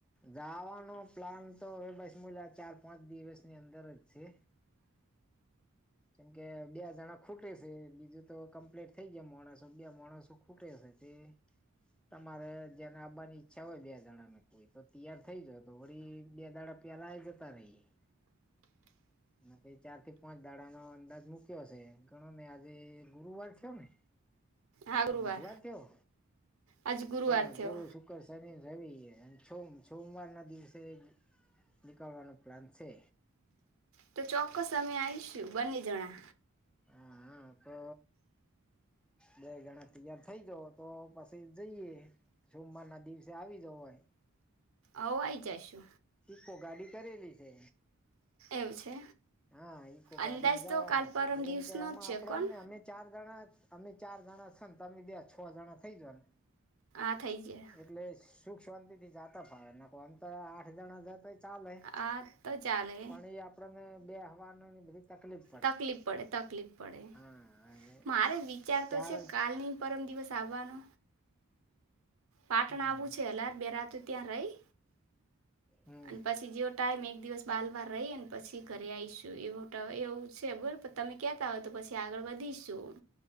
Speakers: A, in the centre; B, on the right (about 70°).
A: જાવાનો પ્લાન તો હવે બસ મુ ચાર પાંચ દિવસની અંદર જ છે. કેમ કે બે જણા ખૂટે છે બીજું તો કમ્પ્લીટ થઇ ગયા મોણસો બે માણસો ખૂટે છે. એ તમારે જેને આવવાની ઈચ્છા હોય બે જણ ને કોઈ તો તૈયાર થઈ જવ તો વી બે દાડા પેલા જતા રહીએ. નક્કી ચાર થી પાંચ દાડાનો અંદાજ મુક્યો હશે ગણો ને આજે ગુરુવાર છે ને
B: હા
A: કે
B: ગુરુવાર
A: બુધવાર થયો
B: આજ ગુરુવાર
A: હા
B: થયો
A: ગુરુ શુક્ર શનિ રવિ અને સોમ સોમવાર ના દિવસે નીકળવાનો પ્લાન છે
B: તો ચોક્કસ અમે આઇશુ બંને જના
A: હા હા તો બે ગણા તૈયાર થઇ જાવ તો પછી જઈએ સોમવાર ના દિવસે આવી જવાય
B: અવા ઈ જાશુ
A: ઇકો ગાડી કરેલી છે
B: એવું છે
A: હા ઈકો ગાડીમાં
B: અંદાજ
A: જવાનું
B: તો કાલ
A: છે એટલે
B: પરમ
A: એમ
B: દિવસનો
A: કે આમાં
B: જ છે
A: આપડેમને
B: કોણ
A: અમે ચાર જણા અમે ચાર જણા છ ને તમે બેયછ જણા થઇ જાવ ને
B: હા થઈ જાય
A: એટલે સુખ શાંતિ થી જતા ફાવે ના કો આમ તો આઠ જણા જતા ચાલે
B: હા તો ચાલે
A: પણ એ આપણને બે હવાની બધી તકલીફ પડે
B: તકલીફ પડે તકલીફ પડે
A: હા
B: મારે વિચાર
A: ચાર
B: તો છે કાલની પરમ દિવસ આવવાનો પાટણ
A: હમ
B: આવું છે એક રાત બે રાત ત્યાં રહી
A: હમ
B: અને પછી જેવો ટાઈમ એક એક દિવસ બાર વાર રહીને પછી ઘરે આવીશું એવું એવું છે બોલો તમે કેતા હોય તો પછી આગળ વધીશું.